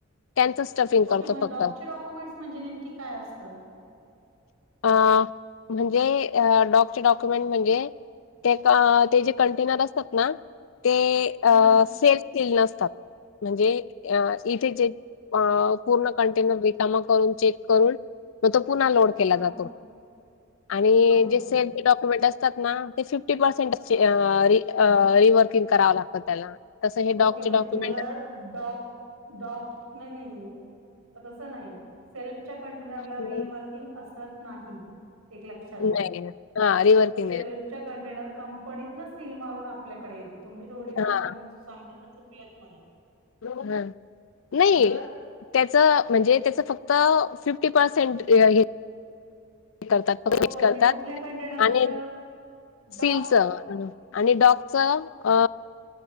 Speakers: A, on the left; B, on the right.
A: त्यांचं स्टफिंग
B: ओके
A: करतो
B: मग
A: फक्त
B: डॉकचे डॉक्युमेंटस म्हणजे नेमकी काय असतं?
A: अ म्हणजे डॉकचे डॉक्युमेंट म्हणजे एक ते जे कंटेनर असतात ना, ते सेलस
B: हम्म
A: केलेले नसतात. म्हणजे इथे जे पूर्ण कंटेनर रिकामा करून चेक करून मग तो पुन्हा लोड केला
B: हा
A: जातो आणि
B: ओके
A: जे
B: ओके
A: सेलस डॉक्यु क्युमेंट असतात ना, ते फिफ्टी पर्सेंट रि रिवर्किंग करावं लागतं त्याला. तसं हे डॉकचे
B: ओके म्हणजे
A: डॉक्युमेंट
B: तुम्हाला डॉक डॉक न नाही आ तस नाही, सेल्फच्या कंटेनरला
A: असतात
B: रिवर्किंग असत नाही, एक लक्षात घ्या.
A: नाही हा रीवर्किंग
B: सेल्पच्या कंटेनर कंपनीतन सील मारून आपल्याकडे येतं, तुम्ही थोडी
A: हा
B: जाताना सांगताना चुकल्यात मला.
A: बरोबर आहे, नाही
B: तर
A: त्याचं म्हणजे त्याच फक्त फिफ्टी पर्सेंट हे हे करतात
B: हो
A: फक्त
B: पण
A: <unintelligible> करतात
B: ते कुठल्या कंटेनरचं
A: आणि सीलच
B: डॉक
A: आणि डॉकच अ